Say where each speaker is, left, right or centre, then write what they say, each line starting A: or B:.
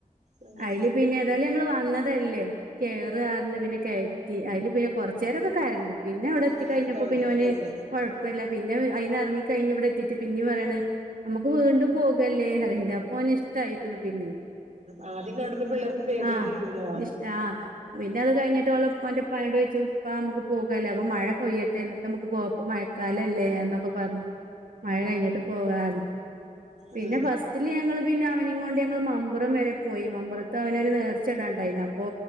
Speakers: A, on the right; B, on the right.
A: ആ
B: അയില് പിന്നെ ഏതായാലും ഞങ്ങള് വന്നതല്ലേ കേറാറഞ്ഞ് പിന്നെ കെയറ്റി അയില് പിന്നെ കൊറച്ചേരൊക്കെ കരഞ്ഞു പിന്നെ അവിടെ എത്തി
A: ആ
B: കഴിഞ്ഞപ്പോ
A: കൊഴപ്പല്ല
B: പിന്നെ ഓന് കുഴപ്പല്ല പിന്നെ അയിനെറങ്ങി കഴിഞ്ഞ് ഇവിടെത്തിട്ട് പിന്നേ പറയാണ് നമുക്ക് വീണ്ടും പോകല്ലേ അറീണ്ട് അപോന് ഇഷ് ട്ടായിക്ന് പിന്നിം
A: ആഹ് ആദ്യം കാണുമ്പോ പിള്ളേർക്ക് പേടിയായിരിക്കുല്ലോ?
B: ആഹ് ഇഷ്ട ആഹ് പിന്നെ അതുകഴിഞ്ഞിട്ട് ഓള് ഉപ്പാന്റെന്റുപ്പാനോട് ചോയിച്ചു ഉപ്പാ അമ്മക്ക് പോകാല്ലേ അപ്പ മഴകൊയ്യട്ടെ എന്നിട്ട് അമ്മക്ക് പോ ഇപ്പ മഴക്കാലല്ലേ അത പ്പപർഞ്ഞ് മഴ കഴിഞ്ഞിട്ട് പോകാർഞ് പിന്നെ
A: ആ
B: ഫസ്റ്റില് ഞങ്ങള് പിന്നെ. അവനിങ്ങൊണ്ട് ഞങ്ങള് മമ്പുറം വരെ പോയി മമ്പുറത്ത് അവനൊരു നേർച്ചടാണ്ടായിന് അപ്പോ